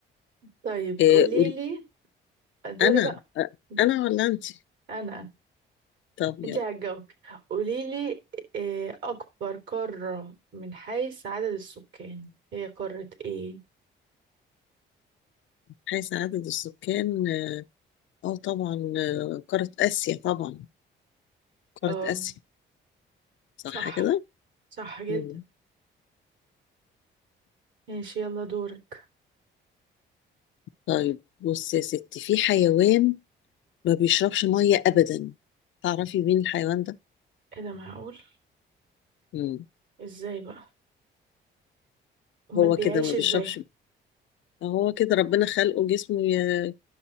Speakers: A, on the right (about 65°); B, on the left (about 70°).
A: طيب
B: <laughs> إيه
A: قوليلي
B: قول
A: دوري
B: أنا
A: بقى
B: آه،
A: لا،
B: أنا ولا أنت؟
A: أنا
B: طب يلا
A: انت هتجاوبي قوليلي آه، اكبر قارة من حيث عدد السكان هي قارة ايه
B: حيث عدد السكان آه آه، طبعا آه، قارة آسيا طبعا قارة
A: اه
B: آسيا صح
A: صح
B: كده؟
A: صح جدا
B: مم.
A: ماشي يلا دورك
B: طيب بص يا ستي في حيوان ما بيشربش مية أبدا تعرفي مين الحيوان ده؟
A: ايه ده معقول
B: مم.
A: ازاي بقى امال
B: هو
A: بيعيش
B: كده ما بيشربش
A: ازاي
B: هو كده ربنا خلقه جسمه ي-